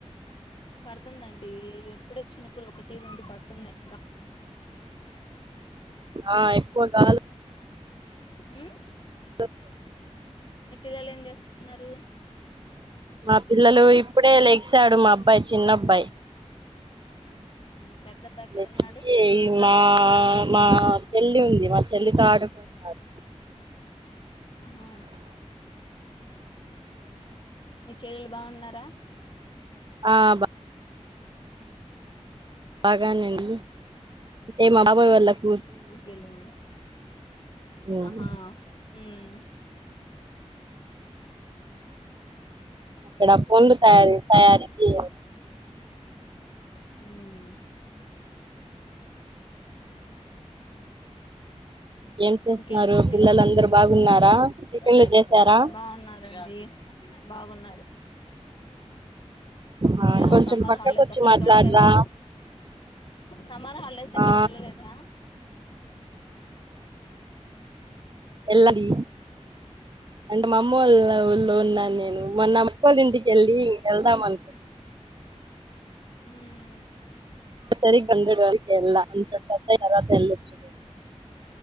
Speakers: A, on the left; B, on the right.
A: పడుతుందండీ ఇప్పుడే చిినకుడు ఒకటి రెండు పడుతూ ఉన్నాయి
B: ఆ ఎక్కువ గా
A: హుమ్
B: <inaudible>
A: మీ పిల్లలు ఏం చేస్తున్నారు
B: మా పిల్లలు ఇప్పుడే లెగసాడు మా అబ్బాయి చిన్నబ్బాయి
A: ఉమ్ పెద్ద అబ్బాయి ఎక్కడ
B: నెక్స్ట్
A: ఉన్నాడు
B: మా మా పెళ్లి ఉంది మా చెల్లి ఉంది చెల్లితో ఆడుకుంటాడు
A: ఆహా మీ చెల్లెలు బాగున్నారా
B: ఆ బా
A: ఉమ్
B: బాగానండి అంటే మా పో వల్ళకి
A: ఊరికేలమ్
B: ఉమ్
A: ఆహ్ హ్మ్మ్
B: అక్కడ పొండు తయార తయారీ చేయ్యాలి
A: హ్మ్మ్
B: ఏం చేస్తున్నారు
A: ఇంకేంటండి
B: పిల్లలందరూ
A: బాగున్నారండి
B: బాగున్నారా టిఫిన్లు చేశారా
A: బాగున్నారు
B: ఆ
A: అ
B: కొంచెం
A: సమ్మర్
B: పక్కకు
A: హాలిడేస్
B: వచ్చి
A: ఎక్కడికి
B: మాట్లాడరా
A: వెళ్ళలేదా సమ్మర్ హాలిడేస్ ఎక్కడికి
B: ఆ
A: వెళ్ళలేదా
B: ఎల్లాది అంటే మా అమ్మ వాళ్ళ ఊళ్ళో ఉన్నాను నేను మొన్న అక్క వాళ్ళ ఇంటికిెళ్ళి ఎల్దా అనుపి
A: ఉమ్మ్
B: సరిగ గంధడు ఎలాాంట తర తెలిచ్చది